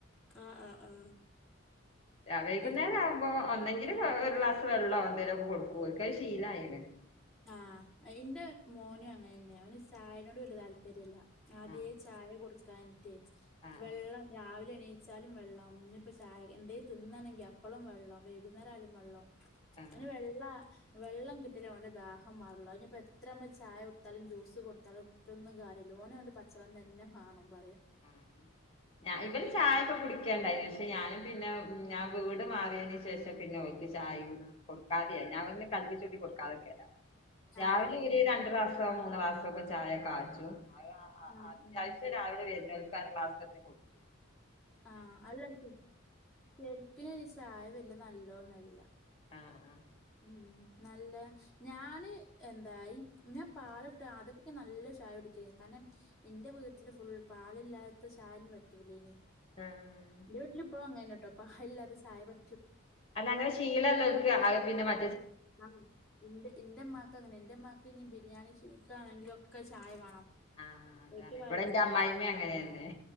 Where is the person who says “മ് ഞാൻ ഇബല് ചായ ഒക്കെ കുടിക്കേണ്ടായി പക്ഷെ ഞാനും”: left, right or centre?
Left